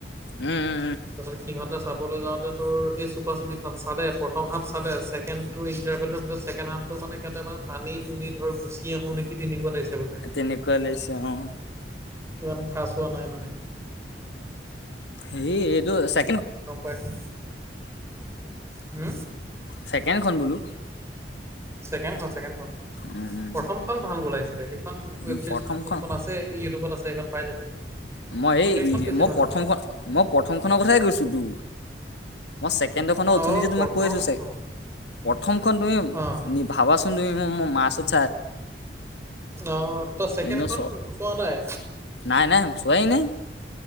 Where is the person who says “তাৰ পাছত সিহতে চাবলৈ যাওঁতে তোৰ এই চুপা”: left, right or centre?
Right